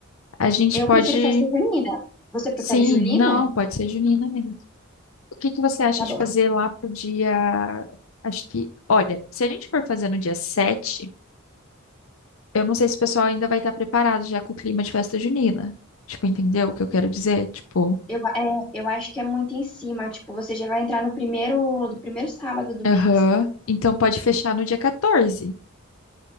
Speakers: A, on the left; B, in the centre.
A: A gente
B: Eu
A: pode.
B: prefiro festa junina. Você prefere
A: Sim,
B: julina?
A: não, pode ser junina mesmo. O que que você acha
B: Tá
A: de
B: bom.
A: fazer lá pro dia. Acho que. Olha, se a gente for fazer no dia 7, eu não sei se o pessoal ainda vai estar preparado já com o clima de festa junina. Tipo, entendeu o que eu quero dizer? Tipo.
B: Eu, a- é, eu acho que é muito em cima. Tipo, você já vai entrar no primeiro, do primeiro sábado do
A: Aham.
B: mês.
A: Então pode fechar no dia 14.